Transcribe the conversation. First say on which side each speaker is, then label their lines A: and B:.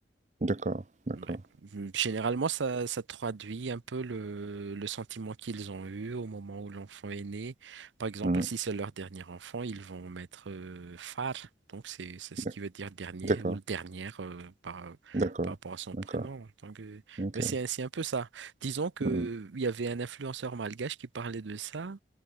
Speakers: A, on the right (about 40°); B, on the right (about 85°).
A: D'accord. D'accord.
B: Ouais. Généralement, ça, ça traduit un peu le, le sentiment qu'ils ont eu au moment où l'enfant est né. Par exemple,
A: Mhm.
B: si c'est leur dernier enfant, ils vont mettre euh, Far, donc c'est c'est ce
A: D'ac-
B: qui veut dire dernier
A: D'accord.
B: ou le dernière euh, par,
A: D'accord.
B: par rapport à son
A: D'accord.
B: prénom. Donc, euh,
A: Ok.
B: mais c'est c'est un peu ça. Disons que euh,
A: Mhm.
B: il y avait un influenceur malgache qui parlait de ça.